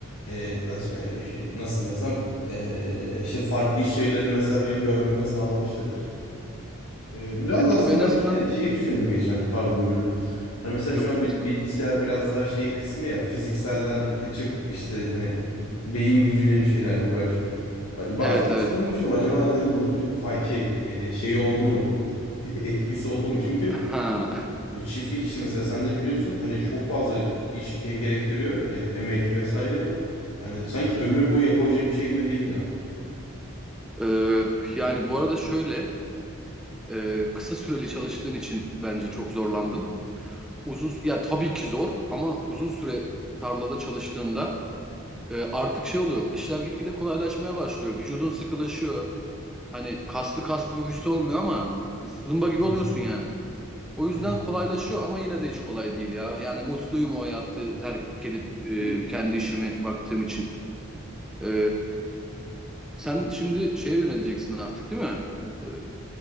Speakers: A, on the left; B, in the centre.
A: e, atı- e, nasıl desem e, işte farklı iş şeylerini mesela benim görmeme sağlamıştı. Ee, biraz
B: E,
A: da
B: tabii
A: aslında
B: en
A: belki
B: azından
A: de şeyi düşündüm geçen pardon bölüm. Hani mesela şu
B: yok
A: an
B: yok
A: bil-
B: esnaf.
A: bilgisayar biraz daha şey kısmı ya fizikselden kaçıp işte hani beyin gücüyle bir şeylerle uğraşma. A- Bazen
B: Evet
A: hiç
B: evet.
A: onu düşündüm acaba dedim bunun bir fay- şey e, şeyi oldu mu? <laughs> Etkisi oldu mu? Çünkü
B: Ha.
A: o çiftlik işi mesela sen de biliyorsun hani çok fazla iş şey gerektiriyor e, emek vesaire. Yani sanki ömür boyu yapılacak bir şey gibi değil ya.
B: E, yani bu arada şöyle e, kısa süreli çalıştığın için bence çok zorlandın. uzun ya tabii ki zor ama uzun süre tarlada çalıştığında e, artık şey oluyor. İşler gitgide kolaylaşmaya başlıyor. Vücudun sıkılaşıyor. Hani kaslı kaslı bir vücut olmuyor ama zımba gibi
A: Hı hı.
B: oluyorsun yani. O yüzden
A: Anladım.
B: kolaylaşıyor ama yine de hiç kolay değil ya. Yani mutluyum o hayatı terk edip
A: <laughs>
B: e, kendi işime baktığım için. E, sen şimdi şeye yöneleceksin artık değil mi? E,